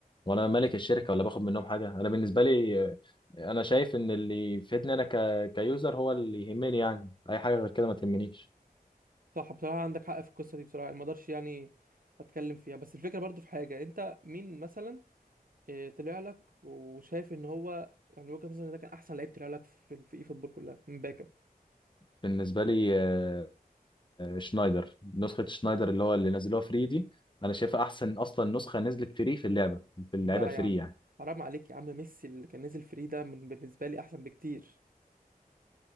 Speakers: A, on the left; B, on the right.
A: وانا مالك الشركه ولا باخد منهم حاجه انا بالنسبه لي آه، انا شايف ان اللي يفيدني انا ك... كيوزر هو اللي يهمني يعني اي حاجه غير كده ما تهمنيش
B: صح بصراحة عندك حق في القصة دي بصراحة يعني ما اقدرش يعني اتكلم فيها بس الفكرة برضو في حاجة انت مين مثلا آه، طلع لك وشايف ان هو يعني وجهة نظري إن ده كان احسن لعيب طلع لك في في اي فوتبول كلها من باكا
A: بالنسبه لي آه، شنايدر نسخه شنايدر اللي هو اللي نزلوها فري دي انا شايفها احسن اصلا نسخه نزلت فري في اللعبه في اللعبه
B: لا
A: الفري
B: يا عم
A: يعني
B: حرام عليك يا عم ميسي اللي كان نازل فري ده من بالنسبة لي احسن بكتير